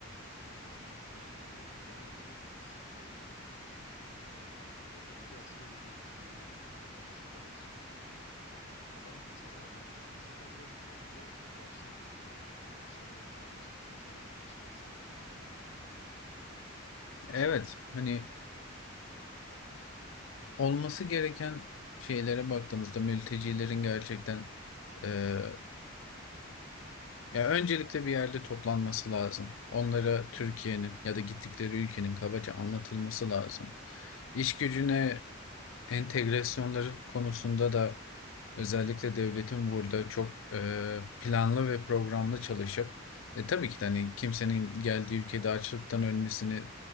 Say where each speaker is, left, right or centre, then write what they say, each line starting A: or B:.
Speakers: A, on the left; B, on the left.
A: e, bunu tercih ediyor. Bu da ne oluyor? Biz istihdam bulamıyoruz. Ve tabii ki asgari ücret e, yani şunu demek istiyorum. Adam sana ya, istihdam bulabilsen bile maaşın hep düşük olacak. Çünkü senden daha da çalışacak başka insan yığınları var yani.
B: evet hani olması gereken şeylere baktığımızda mültecilerin gerçekten e, ya öncelikle bir yerde toplanması lazım. Onlara Türkiye'nin ya da gittikleri ülkenin kabaca anlatılması lazım. İş gücüne entegrasyonları konusunda da özellikle devletin burada çok e, planlı ve programlı çalışıp e, tabii ki de hani kimsenin geldiği ülkede açlıktan ölmesini